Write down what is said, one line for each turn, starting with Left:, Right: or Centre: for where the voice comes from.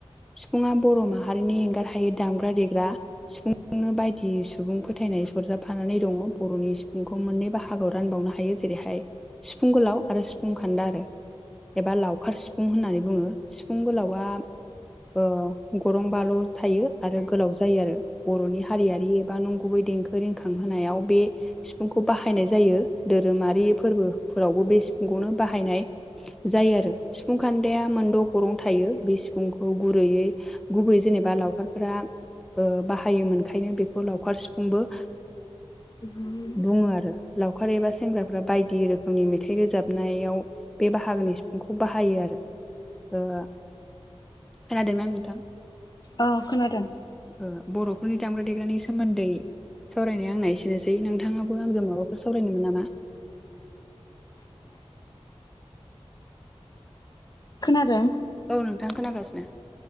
Centre: सिफुंङा बर' माहारिनि एंगार हायै दामग्रा देग्रा। सिफुंजोंनो बायदि सुबुं फोथायनाय सरजाबफानानै दङ बर'नि सिफुंखौ मोननै बाहागोआव रानबावनो हायो जे जेरैहाय सिफुं गोलाव आरो सिफुं खान्दा आरो। एबा लावखार सिफुं होननानै बुङो सिफुं गोलावा ओ गरं बाल' थायो आरो गोलाव जायो आरो। बर'नि हारियारि एबा नंगुबै देंखो रिंखांहोनायाव बे सिफुंखौ बाहायनाय जायो धोरोमारि फोरबोफोरावबो बे सिफुंखौनो बाहायनाय जायो आरो सिफुं खान्दाया मोनद' गरं थायो बे सिफुंखौ गुरैयै गुबै जेनेबा लावखारफोरा बाहायोमोनखायनो बेखौ लावखार सिफुंबो
Left: <unintelligible>
Centre: बुङो आरो लावखार एबा सेंग्राफ्रा बायदि रोखोमनि मेथाइ रोजाबनायाव बे बाहागोनि बिफुंखौ बाहायो आरो ओ खोनादोंना नोंथां?
Left: ओ खोनादों।
Centre: ओ बर'फोरनि दामग्रा देग्रानि सोमोन्दै सावरायनाया आंना एसेनोसै नोंथाङाबो आंजों माबाफोर सावरायनोमोन नामा?
Left: खोनादों।
Centre: औ नोंथां खोनागासिनो।